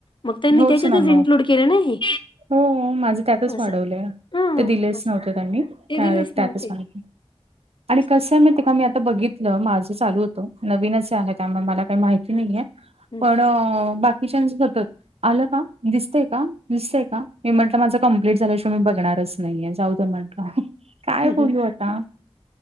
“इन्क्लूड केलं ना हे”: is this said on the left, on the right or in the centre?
Left